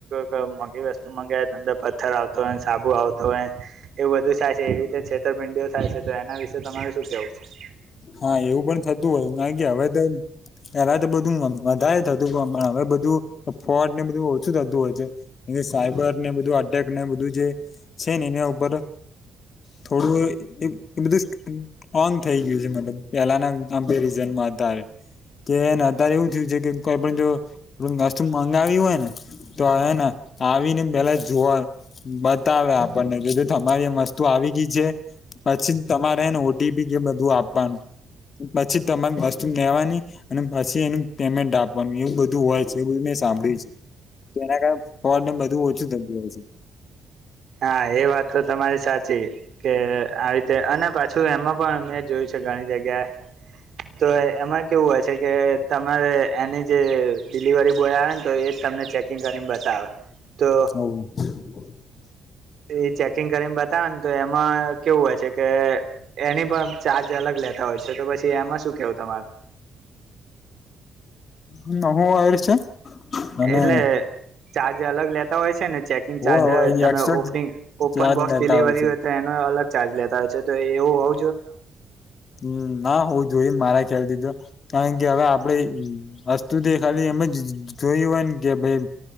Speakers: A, on the right; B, on the left.
A: તો મોંઘી વસ્તુ મંગાવ તો અંદર પથ્થર આવતો હોય સાબુ આવતો હોય એવું બધું થાય છે એવી રીતે છેતરપિંડીઓ થાય છે તો એના વિશે તમારે શું કેવું છે?
B: હા એવું પણ થતું હોય કારણ કે હવે તો પેલા તો બધું વધારે થતું હવે બધું ફ્રોડ ને બધું ઓછું થતું હોય છે સાઈબર ને બધું અટેક ને બધું જે છે ને એના ઉપર થોડું એ બધું ઓન થઈ ગયું પેલાના આપડે રીઝન મા હતા તે એને અત્યારે એવું થયું છે કે પણ જો વસ્તુ મંગાવી હોય ને તો હે ને આવીને પેલા જોવા બતાવે આપણને તમારી મસ્તી તો આવી ગી જે પછી તમારેને ઓટીપી કે બધું આપવાનું પછી તમારી વસ્તુ લેવાની અને પછી એનું પેમેન્ટ આપવાનું એવું બધું હોય બધું મેં સાંભળ્યું છે તો એના કારણે પ્રોબલેમ બધું ઓછું થતું હોય છે
A: હા એ વાત તો તમારી કે આવી રીતે અને પાછું એમાં પણ મેં જોયું છે. ઘણી જગ્યા તો એમાં કેવું હોય છે કે તમારે એની જે ડિલિવરી બોય આવે ને તો એ તમને ચેકિંગ કરીને બતાવે. તો
B: હવ
A: એ ચેકિંગ કરીને બતાવે ને તો એમાં કેવું હોય છે કે એની પણ ચાર્જ અલગ લેતા હોય છે તો પછી એમાં શું કેવું તમારું?
B: હું આવેર છે? અને
A: એટલે ચાર્જ અલગ લેતા હોય છે ને ચેકિંગ
B: હોય
A: ચાર્જ
B: હોય
A: તમે
B: extra
A: opening open
B: charge
A: box
B: લેતા
A: ડિલિવરી
B: છે
A: હોય તો એનો અલગ ચાર્જ લેતા હોય છે તો એવું હોઉ
B: હમ ના હું જોય મારા ખ્યાલથી તો કારણ કે હવે આપડે વસ્તુ તે ખાલી એમે જ જોયું હોય ને કે ભાઈ